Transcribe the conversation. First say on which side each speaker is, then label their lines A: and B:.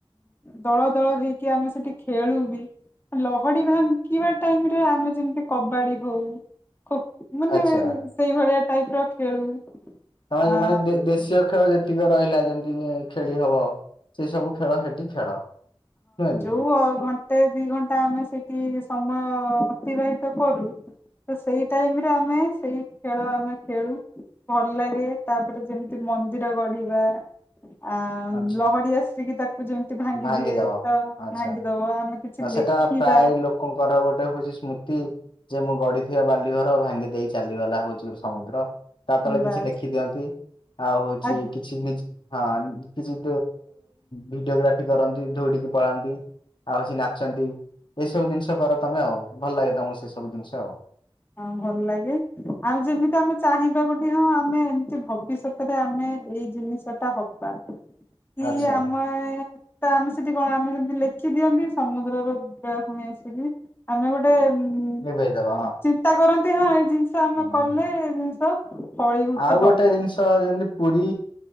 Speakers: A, on the left; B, on the left.
A: ଦଳ ଦଳ ହେଇକି ଆମେ ସେଠି ଖେଳୁ ବି? ଲହଡି ଭାଙ୍ଗିବା ଟାଇମ ରେ ଆମେ ଯେମିତି କବାଡି ହଉ ଖୋ ମାନେ
B: ଆଚ୍ଛା
A: ସେଇଭଳିଆ ଟାଇପ ର ଖେଳୁ।
B: ତମେ
A: ଆ
B: ମାନେ ଦେଶୀୟ ଖେଳ ଯେତିକି ରହିଲା ଯେମିତି ଖେଳି ହବ। ସେ ସବୁ ଖେଳ ସେଠି ଛାଦ ନୁହେଁ?
A: ପୁଅ ଘ୍ନନ ଘଟେ ଦି ଘଣ୍ଟା ଆମେ ସେଠି ସମୟ ଅତିବାହିତ କରୁ। ତ ସେଇ ଟାଇମରେ ଆମେ ସେଇ ଖେଳ ଆମେ ଖେଳୁ। ଭଲ ଲାଗେ ତାପରେ ଯେମିତି ମନ୍ଦିର ଗଢିବା। ଆ
B: ଆଚ୍ଛା
A: ଲହଡି ଆସିକି ତାକୁ ଯେମିତି ଭାଙ୍ଗି
B: ଭାଙ୍ଗିଦବ।
A: ଦିଏ ତ
B: ଆଚ୍ଛା
A: ଭାଙ୍ଗିଦବ। ଆମେ କିଛି
B: ସେଟା
A: ଲେଖିବା
B: ପ୍ରାୟ ଲୋକଙ୍କର ଗୋଟେ ହଉଛି ସ୍ମୃତି। ଯେ ମୁଁ ଗଡିିଥିବା ବାଲି ଘର ଭାଙ୍ଗି ଦେଇ ଚାଲିଗଲା ହଉଛି ସମୁଦ୍ର। ତା ତଳେ
A: ବାସ୍
B: କିଛି ଲେଖି ଦିଅନ୍ତି ଆଉ ହଉଛି
A: ଆ
B: କିଛି ନି ହଁ କିଛି ଭିଡିଓଗ୍ରାଫି କରନ୍ତି ଦୌଡ଼ିକି ପଳାନ୍ତି। ଆଉ କିଛି ନାଚନ୍ତି ଏଇସବୁ ଜିନିଷ କର ତମେ ଆଉ ଭଲ ଲାଗେ ତମକୁ ସେ ସବୁ ଜିନିଷ ଆଉ।
A: ହଁ ଭଲ ଲାଗେ ଆଉ ଯେମିତି ଆମେ ଚାହିଁବା ଗୋଟେ ହଁ ଆମେ ଏମିତି ଭବିଷ୍ୟତ ରେ ଆମେ ଏଇ ଜିନିଷ ଟା ହବା କି
B: ଆଚ୍ଛା
A: ଆମେ ତ ଆମେ ସେଠି କଣ ଆମେ ଯେମିତି ଲେଖି ଦିଅନ୍ତି ସମୁଦ୍ରର ବେଳା ଭୂମି ଆସିକି ଆମେ ଗୋଟେ ଉ
B: ଲିଭେଇଦବ
A: ଚିନ୍ତା କରନ୍ତି ହଁ ଏଇ ଜିନିଷ ଆମେ
B: ହଁ।
A: କଲେ ଏ ଜିନିଷ। ଫଳୀଭୂତ
B: ଆଉ
A: ହବ
B: ଗୋଟେ ଜିନିଷ ତ ଯେମିତି ପୁରୀ